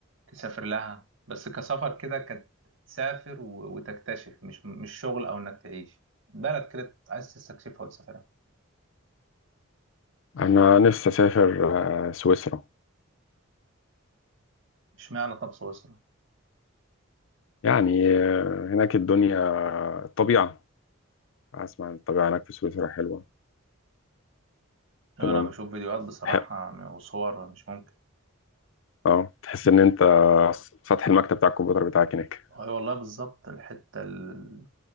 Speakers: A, on the right; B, on the left.
A: تسافر لها بس كسفر كده كت- تسافر و- وتكتشف مش مش شغل او انك تعيش بلد كده عايز تستكشفها وتسافرها
B: أنا نفسي أسافر آه، سويسرا
A: اشمعنى طب سويسرا
B: يعني آه، هناك الدنيا الطبيعة أسمع إن الطبيعة هناك في سويسرا حلوة
A: انا
B: تمام
A: بشوف فيديوهات بصراحة
B: ح-
A: وصور مش ممكن
B: اه تحس إن أنت سطح المكتب بتاع الكمبيوتر بتاعك هناك
A: اي والله بالظبط الحتة ال-